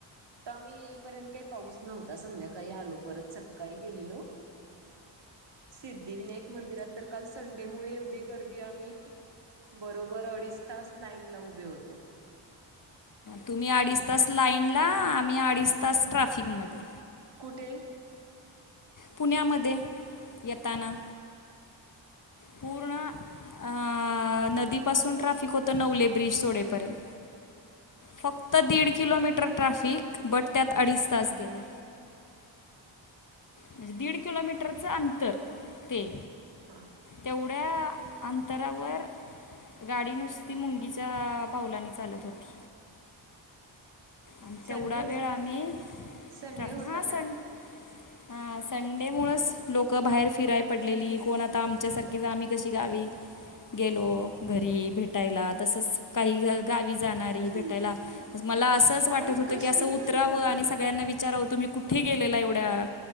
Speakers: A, on the right (about 60°); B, on the left (about 40°).
A: आम्ही येईपर्यंत काही पाऊस नव्हता संध्याकाळी आलो. परत सकाळी गेलेलो. सिद्धिविनायक मंदिरात तर काल संडे मुळे एवढी गर्दी आम्ही. बरोबर अडीच तास लाईनला उभे होतो.
B: तुम्ही अडीच तास लाईनला आम्ही अडीच तास ट्रॅफिकमध्ये.
A: कुठे.
B: पुण्यामध्ये येताना. पूण. अ नदीपासून ट्राफिक होतं नवले ब्रिज सोडेपर्यंत. फक्त दीड किलोमीटर ट्रॅफिक बट त्यात अडीच तास गेले. म्हणजे दीड किलोमीटरच अंतर ते-
A: हां.
B: तेवढ्या अंतरावर- गाडी नुसती मुंगीच्या पावलाने चालत होती. आणि
A: संडे
B: तेवढा
A: हो
B: वेळ आम्ही.
A: संडे
B: ट्रफ
A: होता
B: हां
A: ना.
B: सण- हा. संडे मुळच लोक बाहेर फिराय पडलेली. कोणता- आता आमच्यासारखीच. आम्ही कशे गावी- गेलो घरी भेटायला. तसच काही गावी जाणारी भेटायला-
A: लिहिलं ना मी
B: मला असंच वाटत
A: अरे
B: होतं
A: क्वेश्चन
B: की असं
A: लिहीन
B: उतरावं
A: आन्सर लिही
B: आणि सगळ्यांना विचाराव तुम्ही कुठ? कुठे गेलेला एवढ्या?